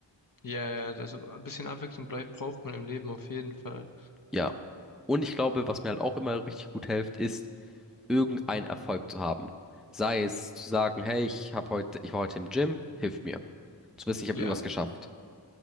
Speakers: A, on the left; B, in the centre.
A: Ja, ja, ja, also ein bisschen Abwechslung blei- braucht man im Leben auf jeden Fall.
B: Ja. Und ich glaube, was mir halt auch immer richtig gut hilft, ist, irgendeinen Erfolg zu haben. Sei es zu sagen, hey, ich hab heute, ich war heute im Gym, hilft mir. Zu wissen, ich habe
A: Ja?
B: irgendwas geschafft.